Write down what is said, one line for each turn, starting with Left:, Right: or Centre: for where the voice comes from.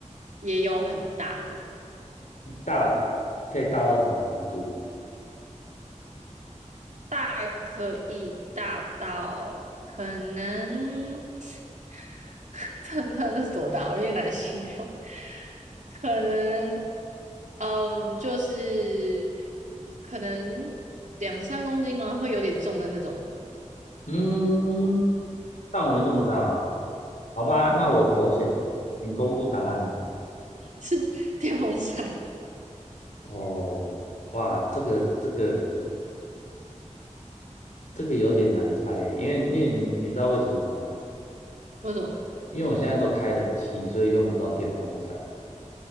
Right: 也有很大的。
Left: 大，可以大到什么程度？
Right: 大可以大到可能，<laughs> 这这这是多大？我有点难形容。可能，嗯，就是可能两三公斤吗？会有点重的那种，
Left: 嗯，范围这么大哦好吧，那我投降，请公布答案。
Right: <laughs> 是电风扇。
Left: 哦，哇，这个这个这个有点难猜耶因为因为你你知道为什么吗？
Right: 为什么？
Left: 因为我现在都开冷气，所以用不到电风扇。